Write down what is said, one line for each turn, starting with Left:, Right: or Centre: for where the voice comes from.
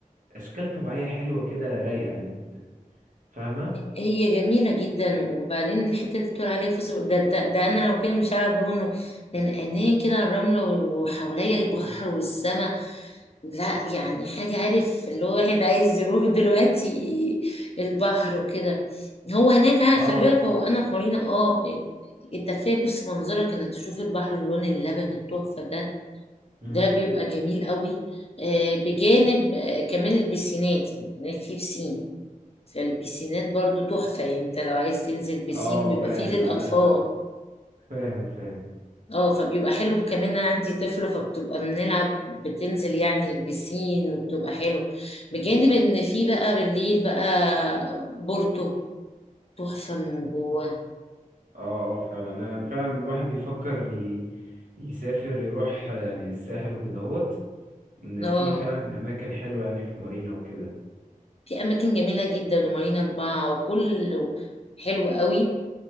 Right: أشكال طبيعية حلوة كده رايقة يعني ب- فاهمة؟
Left: هي جميلة جدا وبعدين الحتة اللي بتقول عليها فوز ده, ده, ده أنا لو كده مش هعرف دوبه لأن عينيه كده على الرملة وحواليا البحر والسماء لا يعني حاجة عارف اللي هو واحد عايز يروح دلوقتي البحر وكده هو هناك عارف
Right: اه
Left: خلي بالك هو أنا في مارينا اه انت كفاية بص منظرك انك تشوف البحر اللون اللبني التحفة ده
Right: مم.
Left: ده بيبقى جميل قوي آه، بجانب آه، كمان البسينات يعني هناك في بسين فالبيسينات برضو تحفة يعني انت لو عايز تنزل بيسين
Right: اه
Left: بيبقى
Right: فاهم
Left: فيه للأطفال
Right: أنا فاهم فاهم
Left: اه فبيبقى حلو كمان انا عندي طفلة فبتبقى بنلعب بتنزل يعني البيسين وبتبقى حلو بجانب ان في بقى بالليل بقى بورتو تحفة من جوه
Right: اه اه فعلا انا فعلا الواحد بيفكر ي... يسافر يروح يعني الساحل وكده هوت ان
Left: اه
Right: في فعلا اماكن حلوه يعني في مارينا وكده
Left: في اماكن جميلة جدا ومارينا اربعة وكل حلو قوي